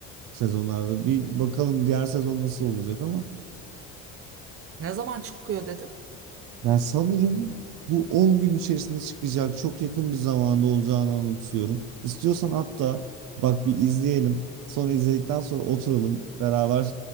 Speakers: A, on the right; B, on the right.
A: sezonlarda. Bir bakalım diğer sezon nasıl olacak ama.
B: Ne zaman çıkıyor dedim.
A: Yani sanırım bu 10 gün içerisinde çıkacak. Çok yakın bir zamanda olacağını anımsıyorum. İstiyorsan hatta bak bir izleyelim. Sonra izledikten sonra oturalım beraber